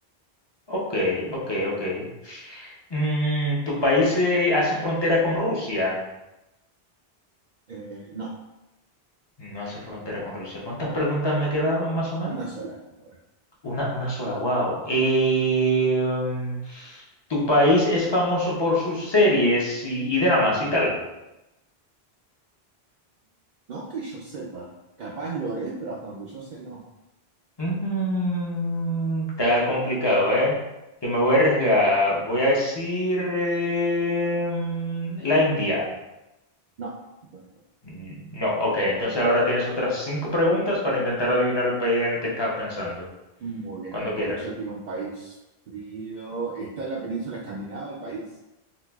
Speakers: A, on the left; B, on the right.
A: Ok, ok, ok. Mm, ¿tu país eh, hace frontera con Rusia?
B: eh, no,
A: No hace frontera con Rusia. ¿Cuántas preguntas me quedaban más o menos?
B: una sola. por ahora.
A: Una, una sola, wow. Eh, mm, ¿tu país es famoso por sus series y, y dramas y tal?
B: No que yo sepa. Capaz lo es, pero hasta donde yo sé, no.
A: Mm, está complicado, ¿eh? Que me voy a arriesgar. Voy a decir eh, mm, la India.
B: No. no.
A: Mm, No, ok. Entonces ahora tienes otras cinco preguntas para intentar adivinar el país en el que estaba pensando.
B: Muy bien,
A: Cuando
B: habíamos
A: quieras.
B: dicho que era un país frío. Está en la península escandinava el país.